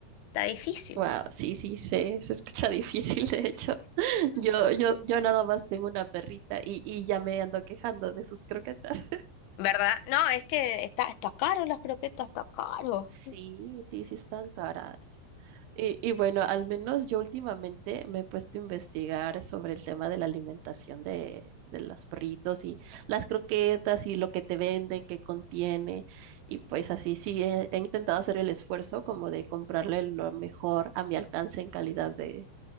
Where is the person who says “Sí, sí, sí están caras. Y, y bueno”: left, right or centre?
Right